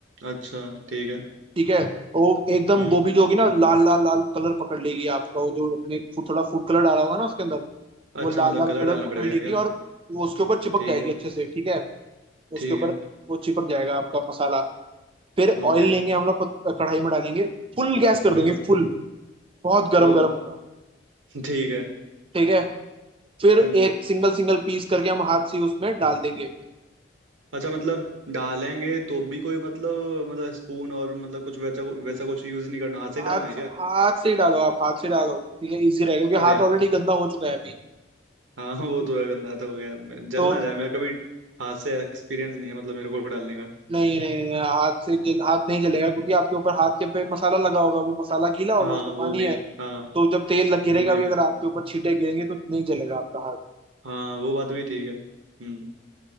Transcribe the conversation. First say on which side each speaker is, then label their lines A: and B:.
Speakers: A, on the right (about 85°); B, on the right (about 30°).
A: अच्छा ठीक है
B: ठीक है वो एकदम
A: हम्म
B: गोभी जो होगी ना लाल लाल लाल कलर पकड़ लेगी आपका वो जो अपने फूड थोड़ा फूड कलर डाला होगा ना उसके अंदर वो
A: अच्छा
B: लाल
A: मतलब
B: लाल
A: कलर
B: कलर
A: डालना
B: पकड़
A: पड़ेगा
B: लेगी
A: क्या
B: और वो उसके ऊपर चिपक
A: ठीक
B: जाएगी
A: है
B: अच्छे से ठीक है
A: ठीक
B: उसके ऊपर
A: है
B: वो चिपक जाएगा आपका मसाला फिर ऑयल
A: ओके
B: लेंगे हम लोग पत- कढ़ाई में डालेंगे फुल गैस कर देंगे
A: हम्म
B: फुल बहुत गरम
A: ओ
B: गरम होगा
A: <laughs> ठीक है
B: ठीक है फिर
A: हम्म
B: एक सिंगल सिंगल पीस करके हम हाथ से उसमें डाल देंगे
A: अच्छा मतलब डालेंगे तो भी कोई मतलब मतलब स्पून और मतलब कुछ वैसा वैसा कुछ यूज नहीं करना हाथ से
B: हाथ
A: ही डालना है क्या
B: हाथ से ही डालो आप हाथ से डालो ठीक है इजी रहेगा क्योंकि
A: अरे
B: हाथ
A: यार
B: ऑलरेडी गंदा हो चुका है अभी
A: हाँ <laughs> वो
B: ठीक
A: तो
B: है
A: है गंदा तो हो गया मेरे- जल
B: तो
A: ना जाए मेरा कभी हाथ से एक्सपीरियंस नहीं है मतलब मेरे को डालने का
B: नहीं नहीं नहीं हाथ से जल, हाथ नहीं जलेगा क्योंकि आपके ऊपर हाथ के पे मसाला लगा होगा वो मसाला गीला होगा
A: हाँ
B: उस पे
A: वो
B: पानी
A: भी
B: है
A: है हाँ
B: तो जब तेल लग गिरेगा
A: वो भी
B: भी
A: है
B: अगर आपके ऊपर छींटे गिरेंगे तो नहीं जलेगा आपका हाथ
A: हाँ वो बात भी ठीक है हम्म